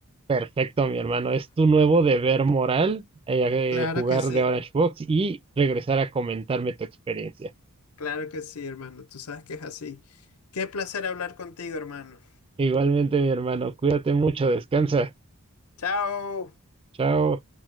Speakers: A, on the right (about 25°); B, on the left (about 70°).
A: Perfecto, mi hermano. Es tu nuevo deber moral eh,
B: Claro
A: eh, jugar
B: que sí,
A: de Orange Box y regresar a comentarme tu experiencia.
B: claro que sí, hermano. Tú sabes que es así. Qué placer hablar contigo, hermano.
A: Igualmente, mi hermano, cuídate mucho, descansa.
B: Chao.
A: Chao.